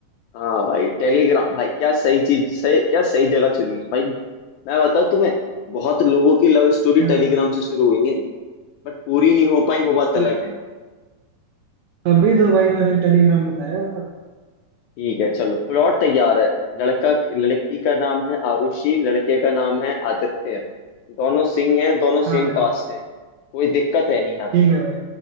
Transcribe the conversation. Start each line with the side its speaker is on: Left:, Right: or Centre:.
Left: हाँ भाई टेलीग्राम भाई क्या सही चीज सही क्या सही जगह चुनी है भाई मैं बताऊँ तुम्हें बहुत लोगों की लव स्टोरी
Right: हाँ
Left: टेलीग्राम
Right: भाई
Left: से शुरू हुई है बट पूरी नहीं हो पाई वो बात
Right: त-
Left: अलग है
Right: तभी तो भाई मैंने टेलीग्राम बताया
Left: ठीक है चलो प्लॉट तैयार है लड़का लड़की का नाम है आरुषि लड़के का नाम है आदित्य दोनों सिंह हैं दोनों सेम
Right: हाँ भाई
Left: कास्ट हैं कोई दिक्कत है नहीं यहाँ
Right: ठीक
Left: तो
Right: है भाई